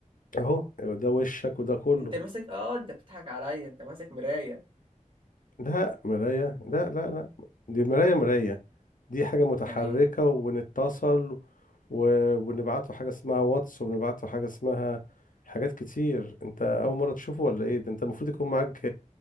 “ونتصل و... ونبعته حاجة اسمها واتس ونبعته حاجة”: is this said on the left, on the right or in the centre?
Left